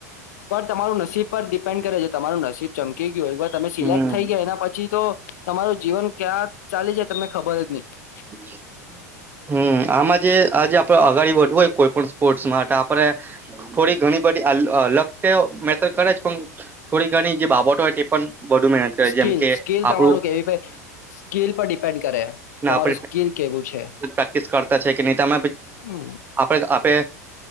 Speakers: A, on the left; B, on the right.
A: પણ તમારું નસીબ પર ડિપેન્ડ કરે જે તમારું નસીબ ચમકી ગયું એવા તમે સિલેક્ટ
B: હમ
A: થઈ ગયા એના પછી તો તમારું જીવન ક્યાં ચાલે છે તમને ખબર જ નહી
B: બ હમ આમાં જે આજે આપડે અગાડી વધવું હોય કોઈ પણ સ્પોર્ટ્સ માટે આપણે થોડી ઘણી બધી લક તેઓ મેટર કરે પણ થોડી ઘણી જે બાબતો હોય તે પણ વધુ મહેનત કરે
A: સ્કીલ
B: જેમ કે
A: સ્કીલ
B: આપણું
A: તમારું કેવી પ સ્કીલ પર ડિપેન્ડ કરે
B: ના
A: તમારું
B: આપ
A: સ્કીલ કેવું છે
B: પ્રેક્ટિસ કરતા છે કે નહીમેમ
A: હમ
B: આપડ આપે